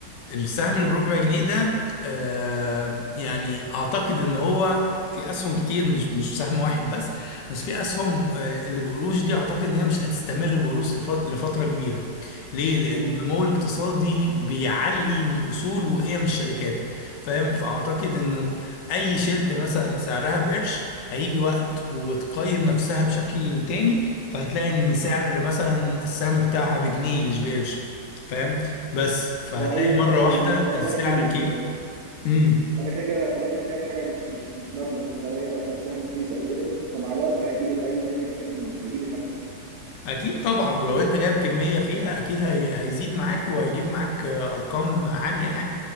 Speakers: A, on the left (about 75°); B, on the right (about 70°).
A: السهم اللي بربع جنيه ده آه، يعني اعتقد ان هو في اسهم كتير مش مش سهم واحد بس بس في اسهم آه، اللي بقروش دي اعتقد ان هي مش هتستمر بقروش لف- لفتره كبيره ليه لان
B: مم.
A: النمو الاقتصادي بيعلي من اصول وقيم الشركات فاهم فاعتقد انه اي شركه مثلا سعرها بقرش هيجي وقت وتقيم نفسها بشكل تاني فهتلاقي ان سعر مثلا السهم بتاعها بجنيه مش بقرش فاهم بس فهتلاقي
B: هو ايا يكن
A: مرة واحدة
B: ان وانا
A: السعر
B: داخل
A: كده امم
B: وانا كده كده هبقى داخل فيها بحاجه مش مش مش مبلغ طالما هي اصلا السهم رخيص او كده فمع الوقت هيجي لي بقى ايه ما ايا كان هيجي لي المكسب
A: اكيد طبعا ولو انت جايب كمية فيها اكيد هي... هيزيد معاك وهيجيب معاك آه، ارقام عالية يعني